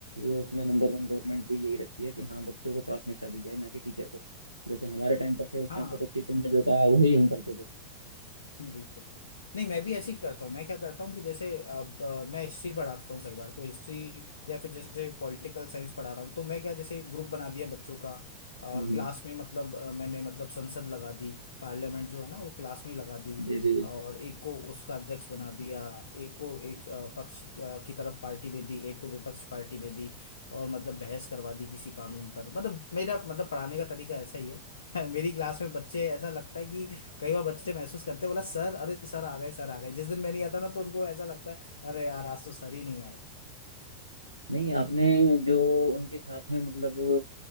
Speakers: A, on the right; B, on the left.
A: ये उसमें नंबर वन गवर्नमेंट भी यही रखती है कि हाँ बच्चों को प्राथमिकता दी जाए ना कि टीचर को जैसे हमारे टाइम पर थे उस
B: हाँ
A: टाइम पर तो टीचर ने जो कहा वही हम करते थे
B: बिल्कुल नहीं मैं भी ऐसे ही करता हूँ मैं क्या करता हूँ कि जैसे अब अ, मैं हिस्ट्री पढ़ाता हूँ कई बार तो हिस्ट्री या फिर जैसे पॉलिटिकल साइंस पढ़ा रहा हूँ तो मैं क्या जैसे ग्रुप बना दिया बच्चों का और
A: हम्म
B: क्लास
A: हम्म।
B: में मतलब अ, मैंने मतलब संसद लगा दी पार्लियामेंट जो है ना वो क्लास में ही लगा दी
A: जी जी जी
B: और एक को उसका अध्यक्ष बना दिया एक को एक अ, पक्ष अ, की तरफ पार्टी दे दी एक को विपक्ष पार्टी दे दी और मतलब बहस करवा दी किसी कानून पर मतलब मेरा मतलब पढ़ाने का तरीका ऐसा ही है <laughs> मेरी क्लास में बच्चे ऐसा लगता है कि कई बार बच्चे महसूस करते हैं बोला सर अरे सर आ गए सर आ गए जिस दिन मैं नहीं आता ना तो उनको ऐसा लगता है अरे यार आज तो सर ही नहीं आए
A: नहीं आपने जो उनके साथ में मतलब